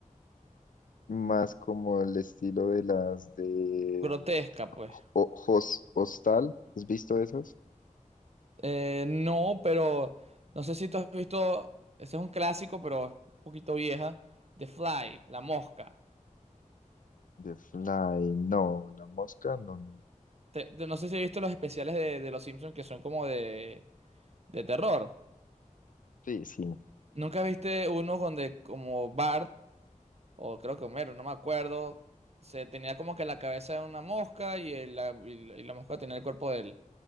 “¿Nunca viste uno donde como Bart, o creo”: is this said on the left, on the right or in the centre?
Right